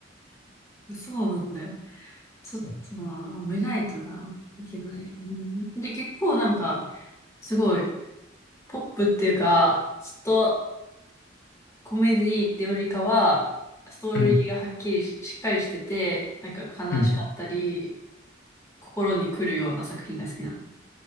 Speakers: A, on the left (about 15°); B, on the left (about 60°).
A: そうなんだよ。ちょっとな、
B: そう、
A: 見ないとな、いけない。うん、で、結構なんか、すごい、ポップっていうか、ちょっとコメディってよりかは、ストーリーがはっきりし、
B: うん、
A: しっかりしてて、なんか悲しかったり、
B: うん
A: 心に来るような作品が好きなの。